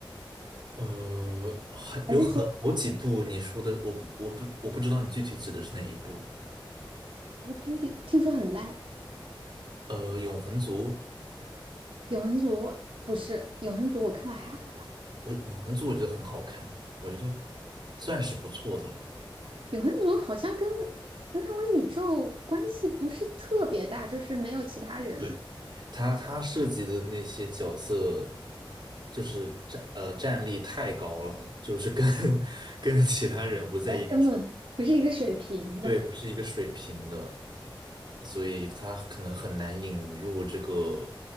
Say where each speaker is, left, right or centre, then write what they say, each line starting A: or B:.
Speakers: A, on the right; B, on the right.
A: 呃，还有很好几部你说的，
B: 还是说
A: 我不我不我不知道你具体指的是哪一部。
B: 哦，对，听说很烂。
A: 呃，《永恒族》，
B: 永恒族不是永恒族，我看了还好吧。
A: 我《永恒族》我觉得很好看，我觉得算是不错的了。
B: 永恒族好像跟漫威宇宙关系不是特别大，就是没有其他人。
A: 对，他他设计的那些角色，就是战呃战力太高了，就是跟 <laughs> 跟其他人不在一个水
B: 那根本不是一个水平的，
A: 对，不是一个水平的，所以他可能很难引入这个